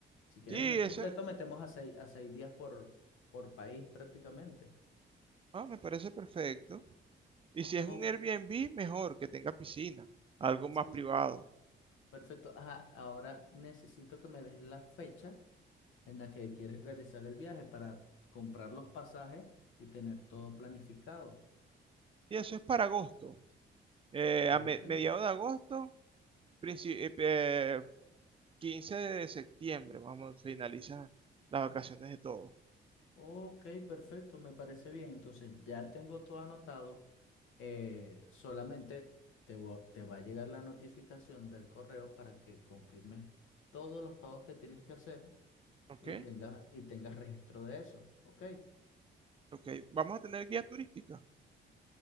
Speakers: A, on the left; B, on the right.
A: Si quieres
B: sí,
A: el mes
B: eso
A: completo, metemos a seis, a seis días por, por país prácticamente.
B: ah, me parece perfecto. Y si es
A: Ok,
B: un Airbnb, mejor que tenga piscina, algo más
A: sí,
B: privado.
A: sí. Perfecto. Ajá, ahora necesito que me des la fecha en la que quieres realizar el viaje para comprar los pasajes y tener todo planificado.
B: Y eso es para agosto, eh,
A: Ok.
B: a me- mediados de agosto, princi- eh, eh, 15 de septiembre, vamos, finaliza las vacaciones de todos,
A: Ok, perfecto, me parece bien. Entonces ya tengo todo anotado. eh, solamente te, vo- te va a llegar la notificación del correo para que confirmes todos los pagos que tienes que hacer
B: ¿ok?
A: y tengas, y tengas registro de eso. Ok.
B: Ok, ¿vamos a tener guía turística?